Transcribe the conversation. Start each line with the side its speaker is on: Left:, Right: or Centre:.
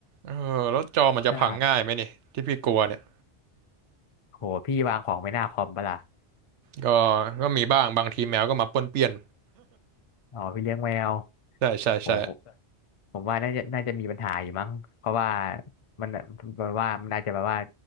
Right: เออแล้วจอมันจะพังง่ายไหมนี่ที่พี่กลัวเนี่ย
Left: ใช่โหพี่วางของไว้หน้าคอมปะล่ะ
Right: ก็ก็มีบ้างบางทีแมวก็มาป้วนเปี้ยน
Left: อ๋อพี่เลี้ยงแมว
Right: ใช่ใช่ใช่
Left: โหผมผมว่าน่าจะน่าจะมีปัญหาอยู่มั้ง เพราะว่ามันแบบว่ามันน่าจะแบบว่า